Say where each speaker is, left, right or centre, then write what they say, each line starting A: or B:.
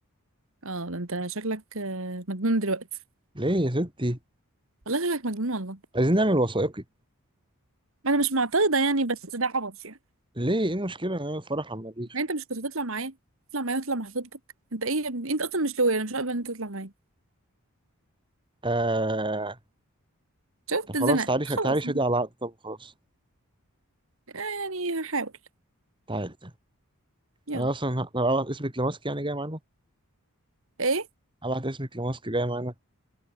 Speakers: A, on the right; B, on the right.
A: اه ده انت شكلك آه، مجنون دلوقتي
B: ليه يا ستي
A: والله شكلك مجنون والله
B: عايزين نعمل وثائقي
A: انا مش معترضة يعني بس ده عبط يعني
B: ليه ايه المشكله نعمل فرح على المريخ
A: يعني انت مش كنت تطلع معايا تطلع معايا وتطلع مع خطيبتك انت ايه يا ابني انت اصلا مش لويا انا مش هقبل ان انت تطلع معايا
B: آه
A: شفت
B: طب خلاص
A: اتزنقت
B: تعالي
A: خلاص
B: تعالي شادي على العقد طب خلاص
A: آه، يعني هحاول
B: تعالي
A: يلا
B: انا اصلا ه- لو أبعت اسمك لماسك يعني جاي معانا
A: ايه
B: هبعت اسمك لماسك جاي معانا